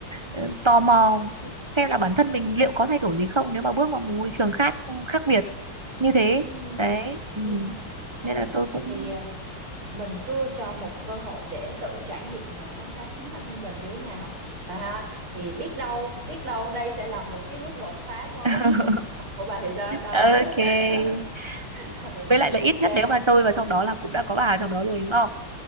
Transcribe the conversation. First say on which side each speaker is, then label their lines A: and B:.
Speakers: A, on the right; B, on the right.
A: ờ, tò mò xem là bản thân mình liệu có thay đổi gì không nếu mà bước vào một môi trường khác khác biệt như thế
B: ừ
A: đấy ừ.
B: ừ. đấy
A: nên là tôi cũng
B: thì à, mình cứ cho một cơ hội để tự trải nghiệm và khám phá chính bản thân mình như thế nào và ha thì biết đâu biết đâu đây sẽ là một cái bước đột phá mới
A: <laughs>
B: trong bước ngoặt của bà thì sao đó
A: ok
B: <laughs> ừ,
A: với lại là
B: ok
A: ít nhất nếu mà tôi vào trong đó là cũng đã có bà trong đó rồi đúng không